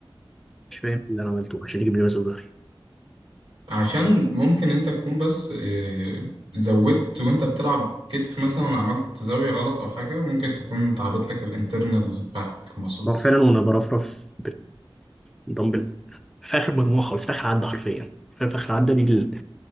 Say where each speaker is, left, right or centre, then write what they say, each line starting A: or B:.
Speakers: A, in the centre; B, on the right (about 75°).
A: مش فاهم اللي انا عملته عشان يجيب لي مزق في ظهري
B: عشان ممكن انت تكون بس آه، زودت وانت بتلعب كتف مثلا عملت زاوية غلط او حاجة ممكن تكون تعبت لك الانترنال باك muscles
A: هو فعلا وانا برفرف بالدمبل في اخر مجموعه خالص في اخر عده حرفيا في اخر عده دي ال-